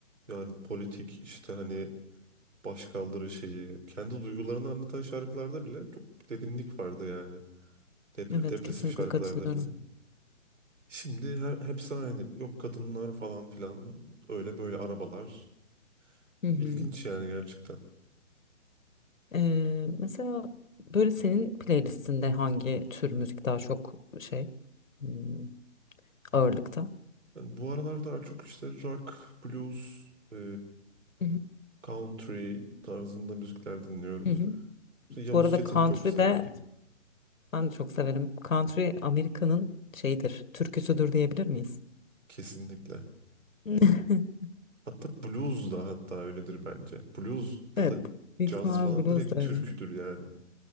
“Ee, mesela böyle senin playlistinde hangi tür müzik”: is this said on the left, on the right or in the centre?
Left